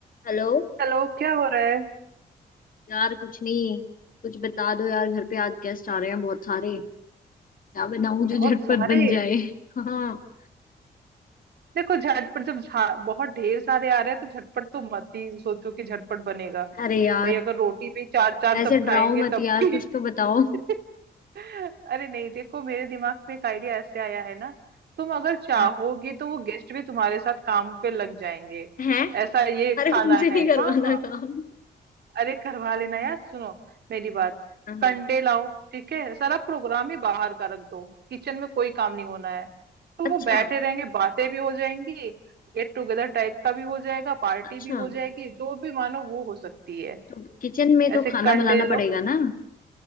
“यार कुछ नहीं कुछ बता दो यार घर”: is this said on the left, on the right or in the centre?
Left